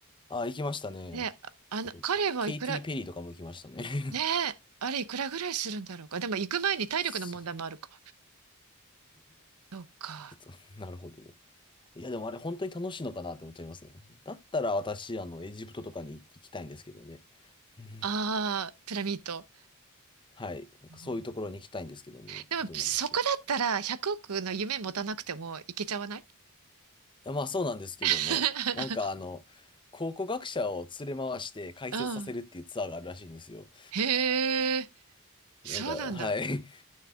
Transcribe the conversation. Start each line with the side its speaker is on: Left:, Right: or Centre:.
Left: あー、行きましたね。
Right: で、あの、
Left: あと、
Right: 彼はいくら、
Left: ケイティ・ペリーとかも行きましたね。<laughs>
Right: ねえ、あれいくらぐらいするんだろうか。でも行く前に体力の問題もあるか。
Left: す <laughs>
Right: そうか。
Left: ちょっと、なるほど。いや、でもあれ本当に楽しいのかなって思っちゃいますね。だったら私、あの、エジプトとかに行きたいんですけどね。うん
Right: ああ、ピラミッド。
Left: はい。なんかそういうところに行きたいんですけどね。
Right: うんでも、
Left: どうなんでしょう。
Right: そこだったら100億の夢持たなくてもいけちゃわない
Left: いやまあそうなんですけども、
Right: <laughs>
Left: なんかあの、考古学者を連れ回して解説させるっていうツアーがあるらしいんですよ。
Right: うん。へえ、
Left: <laughs>
Right: そうなんだ。
Left: なんか、はい。